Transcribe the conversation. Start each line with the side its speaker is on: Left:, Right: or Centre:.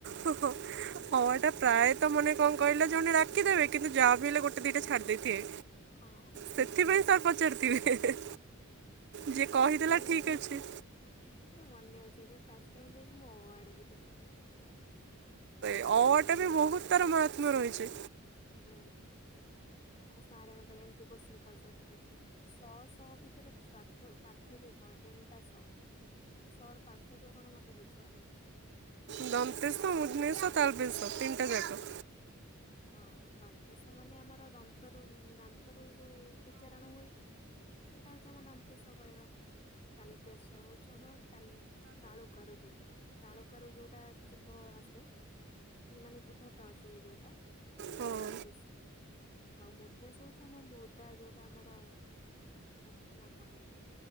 Right: ଅ
Left: ହୁଁ
Right: ଆ ଟା ପ୍ରାୟ ତ ମାନେ କଣ କହିଲ ଜଣେ ଡାକି ଦବେ କିନ୍ତୁ ଯାହା ବି ହେଲେ ଗୋଟେ ଦିଟା ଛାଡି ଦେଇଥିବେ।
Left: ହଁ ହଁ
Right: ସେଥିପାଇଁ
Left: ଫାଷ୍ଟ
Right: ସାର୍ ପଚାରିଥିବେ ଯିଏ କହିଦେଲା
Left: ଟାଇମ ମୁଁ
Right: ଠିକ୍
Left: ଯାଇକି
Right: ଅଛି
Left: ମୋର୍ ମନେ ଅଛି। ସେ ଯୋଉ ଫାଷ୍ଟ ଟାଇମ ଯାଇକି ମୁଁ ଅ ଆ ଡାକିଥିଲି।
Right: ଅ ଟା ବି ବହୁତ ତାର ମହାତ୍ମ୍ୟ ରହିଛି।
Left: ହୁଁ ଆଉ ସାରେ ମ ଏମିତି କୋସିନ ପଚାରି ଥିଲେ ଶହ ଶହ ଭିତରେଥ ପାର୍ଥକ୍ୟ କଣ ତିନିଟା ଶହ? ସର ପାର୍ଥକ୍ୟ କଣ ମତେ <inaudible>
Right: ଦମତେସ
Left: ଏମିତି
Right: ମୁଦନିସ
Left: ଗୋଟେ ଗୋଟେ।
Right: ତାଲ ବିସ ତିନଟା
Left: ହଁ
Right: ଜାଗ
Left: ହଁ ଦନ୍ତେଶ ମାନେ ଆମର ଦନ୍ତରୁ ଦାନ୍ତରୁ ଯଉ ଉଚ୍ଚାରଣ ହୁଏ ସେଇଟା ହଉଛି ଆମର ଦନ୍ତେଶ କହିବା ତାଲବେେଶ ହଉଛି ଆମର ତା ତାଳୁକାର ର ଯୋଉ ତାଳୁକାର ର ଯୋଉଟା ଜୀଭ ଆସେ ମାନେ ଜୀଭଟ ଅଛୁଏ ଯୋଉଟା ହଉଛି
Right: ହଁ
Left: ତାଲ ବିସ ଆଉ ମୁଦନେସ୍ ହଉଛି ଆମ ମୃଦା ଯୋଉଟା ଆମର ପଠ ନା କଣ ଏମିତି